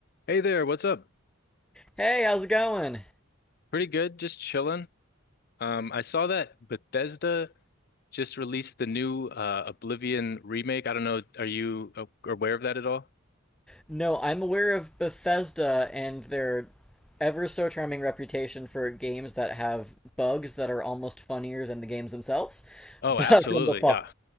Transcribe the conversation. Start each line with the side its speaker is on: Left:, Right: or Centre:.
Left: Hey there, what's up?
Centre: Hey, how's it going?
Left: Pretty good, just chilling. Um, I saw that Bethesda just released the new uh, Oblivion remake. I don't know, are you a- aware of that at all?
Centre: No, I'm aware of Bethesda and their ever so charming reputation for games that have bugs that are almost funnier than the games themselves. <laughs>
Left: Oh,
Centre: But
Left: absolutely,
Centre: from the fall,
Left: yeah.